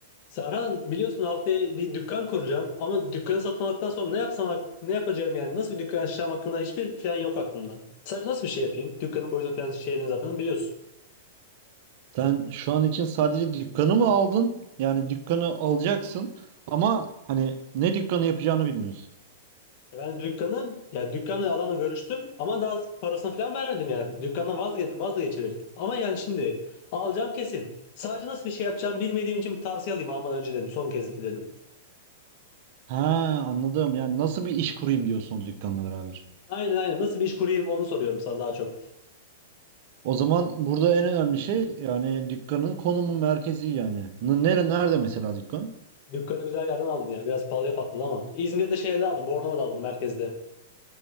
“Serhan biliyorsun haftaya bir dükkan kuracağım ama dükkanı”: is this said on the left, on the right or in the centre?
Left